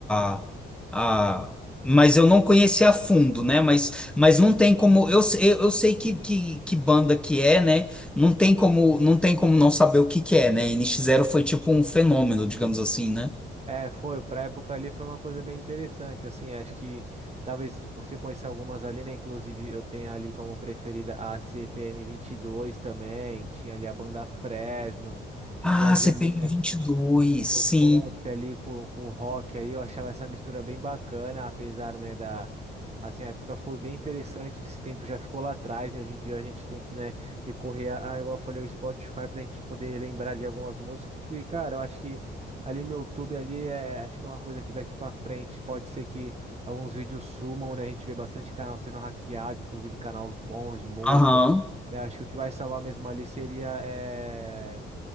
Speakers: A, in the centre; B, on the right (about 35°).
A: a, a- a- mas eu não conheci a fundo, né? Mas, mas não tem como eu, se- eu, eu sei que, que, que banda que é, né? Não tem como, não tem como não saber o que que é, né? N NX Zero foi tipo um fenômeno, digamos assim, né?
B: É, foi, pra época ali foi uma coisa bem interessante, assim, acho que talvez você conheça algumas ali, né, inclusive eu tenho ali como preferida a CPM dois também, tinha ali a banda Fresno, que
A: Ah,
B: trazia
A: C
B: ali,
A: P M
B: né,
A: vinte e dois,
B: O
A: sim.
B: pop ali com, com o rock aí, eu achava essa mistura bem bacana, apesar, né, da... Assim, a época foi bem interessante, esse tempo já ficou lá atrás, né? Hoje em dia a gente tem que, né, recorrer a, a, igual eu falei, o Spotify pra gente poder lembrar ali algumas músicas, porque, cara, eu acho que ali no YouTube ali, é, acho que é uma coisa que daqui pra frente pode ser que alguns vídeos sumam, né? A gente vê bastante canal sendo hackeado, inclusive canais bons de música,
A: Aham.
B: né? Acho que o que vai salvar mesmo ali seria... eh,